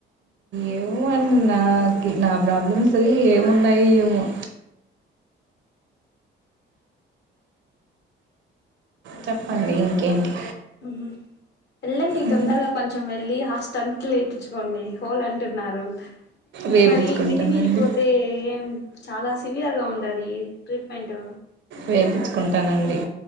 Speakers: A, on the right (about 65°); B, on the left (about 60°).
A: ఏమో అండి నాకి నా ప్రాబ్లమ్స్ ఏమున్నాయి ఏమో. చెప్పండి ఇంకేంటి
B: హుహ్ వెళ్ళండి తొందరగా
A: మ్మ్.
B: కొంచెం వె మళ్ళీ హాస్టంటులేపించుకొని హోల్ అంటున్నారు.
A: వేపించుకుంటానండి
B: మరి మితిమీరిపోతే ఎం చాలా సివియర్ గా ఉంటది ట్రీట్మెంట్.
A: వేపిచుకుంటానండి.